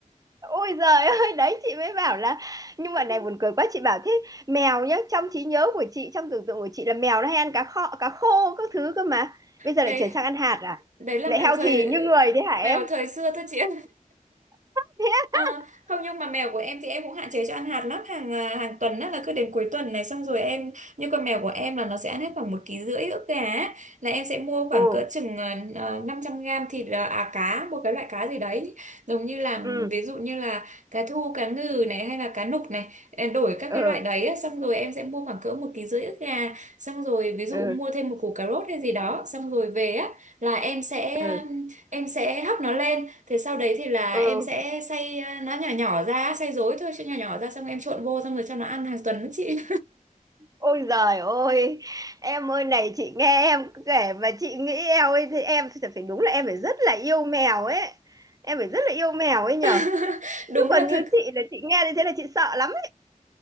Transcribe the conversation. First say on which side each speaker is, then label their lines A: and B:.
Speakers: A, on the right; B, on the right.
A: Ôi giời ơi, <laughs> đấy chị mới bảo là nhưng mà
B: <laughs>
A: này buồn cười quá chị bảo thế mèo nhá, trong trí nhớ của chị, trong tưởng tượng của chị là mèo nó hay ăn cá kho, cá khô các thứ cơ mà. Bây giờ
B: Đấy,
A: lại chuyển sang ăn hạt à?
B: đấy là
A: Lại
B: mèo
A: healthy
B: thời
A: như người đấy hả em?
B: mèo thời xưa thôi chị ạ.
A: <laughs> Thế
B: À,
A: á?
B: không nhưng mà mèo của em thì em cũng hạn chế cho ăn hạt lắm hàng à, hàng tuần á là cứ đến cuối tuần này xong rồi em như con mèo của em là nó sẽ ăn hết khoảng một ký rưỡi ức gà á. là em sẽ mua khoảng
A: ừ
B: cỡ chừng uh, 500 gram thịt à à, cá một cái loại cá gì đấy giống như là
A: ừ
B: ví dụ như là cá thu cá ngừ này hay là cá nục này em đổi các
A: ừ
B: cái loại đấy á, xong rồi em sẽ mua khoảng cỡ một ký rưỡi ức gà xong rồi ví dụ
A: ừ
B: mua thêm một củ cà rốt hay gì đó xong rồi về á là em sẽ
A: ừ ừ.
B: em sẽ hấp nó lên Thế sau đấy thì là
A: ừ.
B: em sẽ xay ờ, nó nhỏ nhỏ ra, xay dối thôi, cho nhỏ nhỏ ra xong em trộn vô xong rồi cho nó ăn hàng tuần đó chị.
A: ôi giời ơi em ơi này chị nghe em kể mà chị nghĩ em ơi thì em phải phải đúng là em phải rất là yêu mèo ấy em phải rất là yêu mèo ấy nhở
B: <laughs> Đúng
A: chứ còn
B: là
A: như
B: thực
A: chị là chị nghe như thế là chị sợ lắm